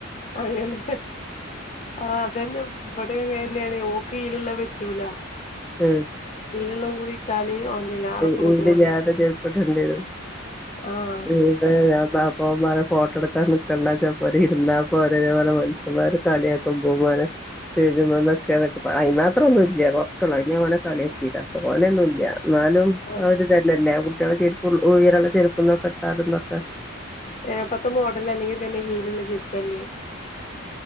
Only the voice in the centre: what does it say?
ഉം
ഹീലില്ലാത്ത
ചെരുപ്പിടേണ്ടി വരും
ഉം താ ഞ പാപ്പമാ ഫോട്ടോ എടുക്കാൻ നിക്കണ്ട ചിലപ്പോര് ഇരുന്നാപ്പോറീ ഞാൻ പറയ മനുഷ്യമാര് കളിയാക്കുമ്പോ <inaudible> മാത്രം ഒന്നും ഇല്ല കുറ ഓനെ കളിയൊക്കിതാ തോനെ ഒന്നുല്ല്യ എന്നാലും
ആ ഒരുതനല്ലേ കു കുട്ട്യാളെ ചെരുപ്പും ഉയരള്ള ചെരുപ്പൊന്നൊക്കെ ഇട്ടാലൊന്നൊക്കെ